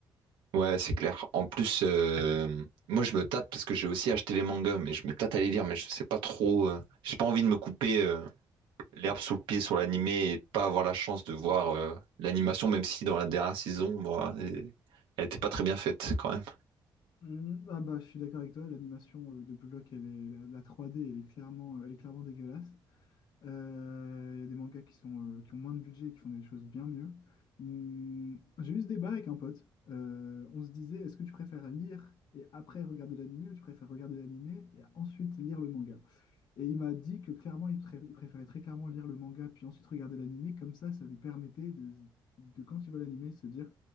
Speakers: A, on the right (about 80°); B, on the left (about 55°).
A: Ouais, c'est clair. En plus, euh, moi, je me tâte parce que j'ai aussi acheté les mangas, mais je me tâte à les lire, mais je sais pas trop. euh, J'ai pas envie de me couper euh, l'herbe sous le pied sur l'animé et pas avoir la chance de voir euh, l'animation, même si dans la dernière saison, moi, elle elle était pas très bien faite quand même.
B: Mm, Ah bah, je suis d'accord avec toi. L'animation euh, de Block, elle est, la, la 3D, elle est clairement, elle est clairement dégueulasse. Euh, Il y a des mangas qui sont, euh, qui ont moins de budget et qui font des choses bien mieux. Hmm, j'ai eu ce débat avec un pote. Euh, on se disait, est-ce que tu préfères lire et après regarder l'animé ou tu préfères regarder l'animé et ensuite lire le manga? Et il m'a dit que clairement, il, pré- il préférait très clairement lire le manga puis ensuite regarder l'animé. Comme ça, ça lui permettait de, de quand il voit l'animé, se dire.